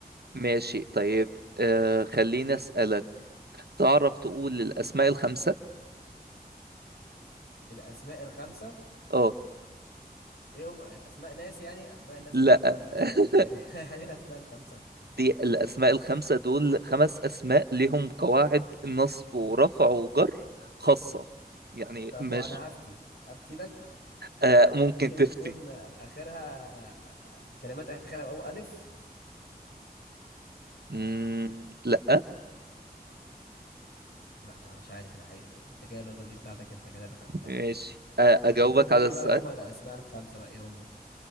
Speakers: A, on the right; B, on the left.
A: ماشي طيب آه خليني أسألك تعرف تقول الأسماء الخمسة
B: الأسماء الخمسة
A: اه
B: ايه هم أسماء ناس يعني أسماء الناس
A: لا
B: الخمسة ولا
A: <laughs>
B: أسماء ايه ده <laughs> يعني ايه الأسماء الخمسة
A: دي الاسماء الخمسه دول خمس اسماء لهم قواعد نصب ورفع وجر خاصه يعني
B: طب
A: مش
B: وأنا هفتي هفتي لك
A: آه ممكن
B: ممكن
A: تفتي
B: يكون آخرها كلمات آخرها أو ألف
A: مم لا
B: لا أنا مش عارف الحقيقة انت كده النقطة دي بتاعتك انت كده اللي خدتها
A: ماشي آه اجاوبك
B: ممكن تقولي
A: على السؤال
B: بقى ايه هم الأسماء الخمسة بقى ايه هم